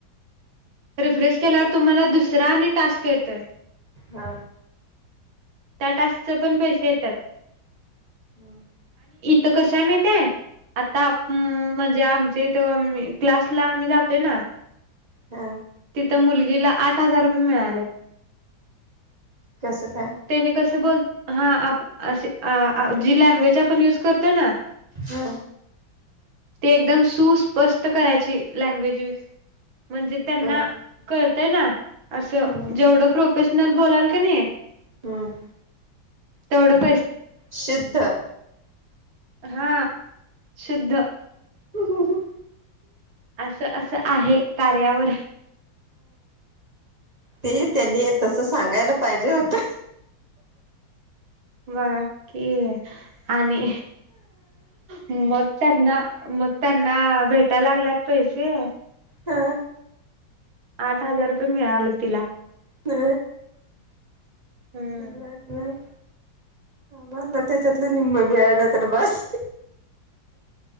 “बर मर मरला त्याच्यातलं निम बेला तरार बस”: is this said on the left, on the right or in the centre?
Right